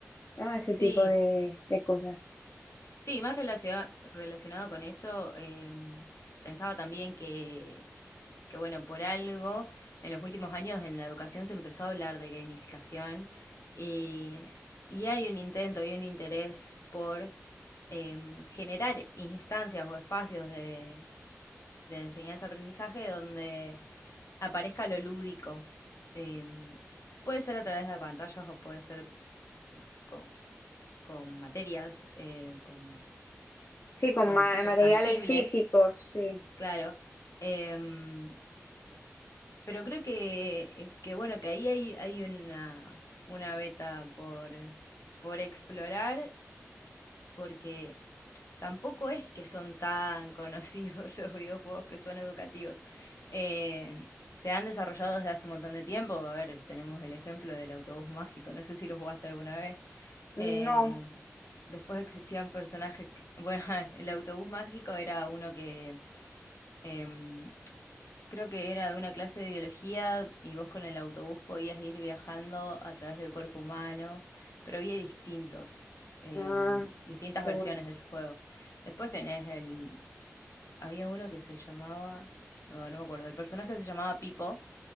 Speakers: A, on the left; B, on the left.
A: ¿no? Ese
B: sí,
A: tipo de, de cosas.
B: sí, más relacionado, relacionado con eso, em, pensaba también que que bueno, por algo en los últimos años en la educación se empezó a hablar de gamificación y, y hay un intento y un interés por em, generar instancias o espacios de, de enseñanza-aprendizaje donde aparezca lo lúdico. Em, puede ser a través de pantallas o puede ser con, con materias, eh, con,
A: Sí, con
B: con
A: ma-
B: objetos
A: materiales
B: tangibles,
A: físicos, sí.
B: claro. Em, Pero creo que, que bueno, que ahí hay, hay una, una beta por, por explorar, porque tampoco es que son tan conocidos <laughs> los videojuegos que son educativos. Eh, se han desarrollado desde hace un montón de tiempo. A ver, tenemos el ejemplo del autobús mágico. No sé si lo jugaste alguna vez.
A: No.
B: Eh, después existían personajes que, <laughs> bueno, el autobús mágico era uno que em, Creo que era de una clase de biología y vos con el autobús podías ir viajando a través del cuerpo humano, pero había distintos, eh,
A: Ah,
B: distintas
A: qué
B: versiones
A: bueno.
B: de ese juego. Después tenés el... Había uno que se llamaba... No, no me acuerdo. El personaje se llamaba Pipo